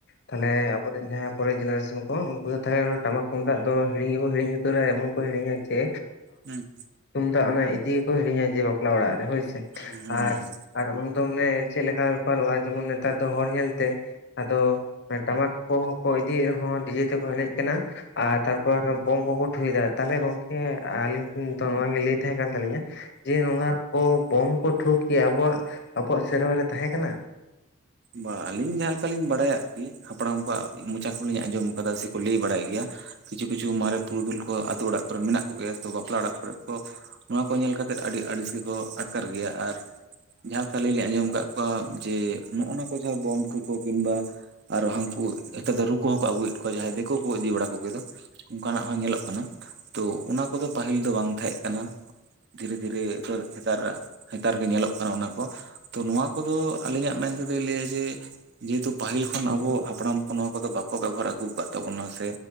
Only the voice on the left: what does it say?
ᱛᱟᱦᱞᱮ ᱟᱵᱚᱨᱮᱱ ᱡᱟᱦᱟᱸ ᱯᱚᱨᱮ ᱡᱮᱱᱟᱨᱮᱥᱚᱱ ᱠᱚ ᱩᱱᱠᱩ ᱫᱚ ᱛᱟᱦᱞᱮ ᱚᱱᱟ ᱴᱟᱢᱟᱠ ᱛᱩᱢᱫᱟᱜ ᱫᱚ ᱦᱤᱲᱤᱧ ᱜᱮᱠᱚ ᱦᱤᱲᱤᱧ ᱩᱛᱟᱹᱨᱟ ᱮᱢᱚᱱ ᱠᱚ ᱦᱤᱲᱤᱧᱟ ᱡᱮ
ᱛᱩᱢᱫᱟᱜ ᱚᱱᱟ ᱤᱫᱤ ᱜᱮᱠᱚ ᱦᱤᱲᱤᱧᱟ ᱡᱮ ᱵᱟᱯᱞᱟ ᱚᱲᱟᱜ ᱨᱮ ᱦᱳᱭᱥᱮ
ᱟᱨ ᱟᱨ ᱩᱱ ᱫᱚ ᱢᱟᱱᱮ ᱪᱮᱫ ᱞᱮᱠᱟ ᱵᱮᱯᱟᱨᱚᱜᱼᱟ ᱡᱮᱢᱚᱱ ᱱᱮᱛᱟᱨ ᱫᱚ ᱦᱚᱲ ᱧᱮᱞᱛᱮ ᱟᱫᱚ ᱴᱟᱢᱟᱠ ᱠᱚᱦᱚᱸ ᱠᱚ ᱤᱫᱤᱭᱮᱫ ᱨᱮᱦᱚᱸ ᱰᱤᱡᱮ ᱛᱮᱠᱚ ᱮᱱᱮᱡ ᱠᱟᱱᱟ ᱟᱨ ᱛᱟᱨᱯᱚ ᱨᱮ ᱵᱳᱢ ᱠᱚᱠᱚ ᱴᱷᱩᱭᱮᱫᱟ, ᱛᱟᱦᱚᱞᱮ ᱜᱚᱝᱠᱮ ᱟᱹᱞᱤᱧ ᱴᱷᱮᱱ ᱱᱚᱣᱟ ᱜᱮ ᱞᱟᱹᱭ ᱛᱟᱦᱮᱸ ᱠᱟᱱ ᱛᱟᱹᱞᱤᱧᱟ ᱡᱮ ᱱᱚᱣᱟ ᱠᱚ ᱵᱳᱢ ᱠᱚ ᱴᱷᱩᱠ ᱜᱮᱭᱟ ᱟᱵᱚᱣᱟᱜ ᱟᱵᱚᱣᱟᱜ ᱥᱮᱨᱣᱟ ᱨᱮ ᱛᱟᱦᱮᱸᱠᱟᱱᱟ